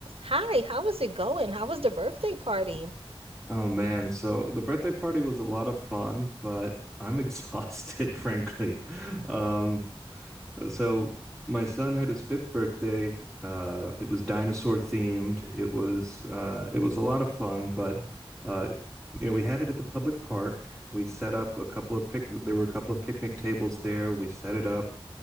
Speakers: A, on the right (about 75°); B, in the centre.
A: Hi, how is it going? How was the birthday party?
B: Oh man, so the birthday party was a lot of fun, but I'm <laughs> exhausted, frankly. Um, so my son had his fifth birthday. Uh, it was dinosaur themed. It was uh, it was a lot of fun, but uh, you know we had it at the public park. We set up a couple of pic. There were a couple of picnic tables there. We set it up.